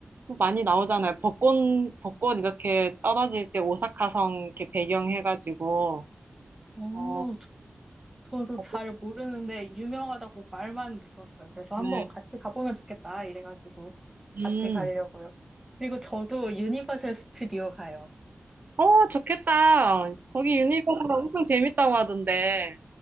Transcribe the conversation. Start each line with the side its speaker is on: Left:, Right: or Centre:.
Right: 많이 나오잖아요. 벚꽃, 벚꽃 이렇게 떨어질 때 오사카성 이렇게 배경해가지고,
Centre: 어,
Right: 어,
Centre: 저도
Right: 벚꽃,
Centre: 잘 모르는데 유명하다고 말만 들었어요. 그래서
Right: 네.
Centre: 한번 같이 가보면 좋겠다 이래가지고
Right: 음,
Centre: 같이 가려고요. 그리고 저도 유니버셜 스튜디오 가요.
Right: 어, 좋겠다. 거기 유니버설 엄청 재밌다고 하던데.